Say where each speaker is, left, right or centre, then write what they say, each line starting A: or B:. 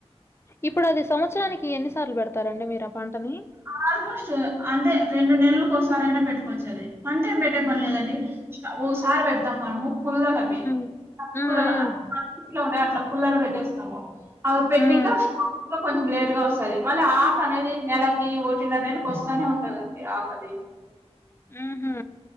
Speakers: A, on the left; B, on the right.
A: ఇప్పుడు అది సంవత్సరానికి ఎన్ని సార్లు పెడతారండి మీరు ఆ పంటని?
B: ఆల్మోస్ట్ అంటే రెండు నెల్లుకు ఒకసారి అయినా పెట్టుకోవచ్చు అది పంట ఏం పెట్టే పనిలేదండి ఒసారి పెడతాం మనము పుల్లలు అవి
A: హ్మ్. హ్మ్.
B: పుల్లలుట్
A: హ్మ్.
B: ఉంటయి అట్లా పుల్లలు పెట్టేస్తాము అవి పెట్టినంక
A: హ్మ్.
B: స్టా కొంచెం లేట్ గా వస్తది మళ్ళీ ఆఫ్ అనేది నెలకి కింద దేకి వస్తానే ఉంటదండి ఆకది
A: ఉహు